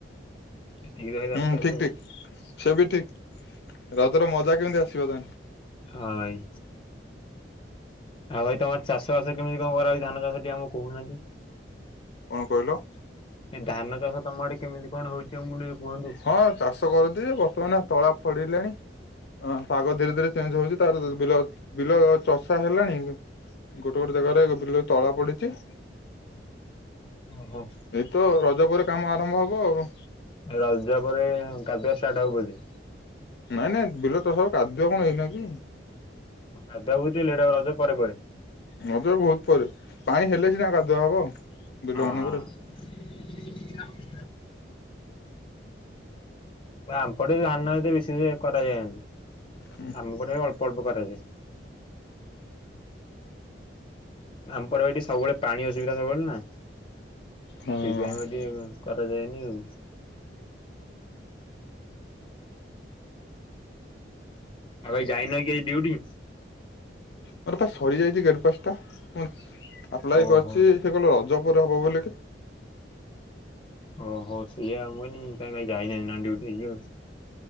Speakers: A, on the left; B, on the left.
A: ଏତିକି ତ ଭାଇ ଦରକାର
B: ହୁଁ ଠିକ
A: ଆଉ
B: ଠିକ ସେ ବି ଠିକ ରଜର ମଜା କେମିତି ଆସିବ ତା ହେଲେ।
A: ହଁ ଭାଇ ଆଉ ଭାଇ ତମର ଚାଷ ବାସରେ କେମିତି କଣ କରା ଧାନ ଚାଷ ଟେ ଆମକୁ କହୁନାହାନ୍ତି।
B: କଣ କହିଲ?
A: ଏଇ ଧାନ ଚାଷ ତମ ଆଡେ କେମିତି କଣ ହଉଛି ଆମ ଟିକେ କୁହନ୍ତୁ?
B: ହଁ ଚାଷ କରନ୍ତି ଯେ ବର୍ତ୍ତମାନ ତଳା ଫଡ଼ିଲାଣି ହଁ ପାଗ ଧୀରେ ଧୀରେ ଚେଞ୍ଜ ହଉଛି ତାର ବିଲ ବିଲ ଚଷା ହେଲାଣି ଗୋଟେ ଗୋଟେ ଜାଗାରେ ବିଲ ତଳା ପଡିଛି
A: ଓହୋ।
B: ତ ରଜ ପରେ କାମ ଆରମ୍ଭ ହବ ଆଉ।
A: ରଜ ପରେ କାଦୁଆ ଷ୍ଟାର୍ଟ ହଉ ବୋଧେ।
B: ନାଇଁ ନାଇଁ ବିଲ ତ ସବୁ କାଦୁଆ କଣ ଏଇନା କି।
A: କାଦୁଅ ଏଇଟା ରଜ ପରେ ପରେ।
B: ମତେ ବହୁତ ପରେ ପାଣି ହେଲେ ସିନା କାଧୁଅ ହବ।
A: ହଁ
B: ବିଲ ମାନଙ୍କରେ
A: ହଁ। ଆମପଟେ ଧାନ ଏତେ ବିଶେଷ କରାଯାଏନି
B: ହଁ।
A: ଆମ ପଟେ ବି ଅଳ୍ପ ଅଳ୍ପ କରାଯାଏ। ଆମପଟେ ଏଠି ସବୁବେଳେ ପାଣି ଅସୁବିଧା ସବୁବେଳେ ନା
B: ମୋର
A: ସେଇଥିପାଇଁ ବୋଧେ କରାଯାଏନି ଆଉ। ଆଉ ଆଯି ଯାଇନ କି ଆଯି ଡିଉଟି।
B: ମୋର ପା ସରି ଯାଇଛି ଗେଟ୍ ପାସ ଟା ମୁଁ ଆପ୍ଲାଏ
A: ଓହୋ।
B: କରିଛି ସେ କହିଲେ ରଜ ପରେ ହବ ବୋଲି।
A: ଓହୋ ସେଇୟା ମୁଁ କଇନି କାଇଁ ଭାଇ ଯାଇ ନାଇଁ ନା ଡିଉଟି ଆଜି ଆଉ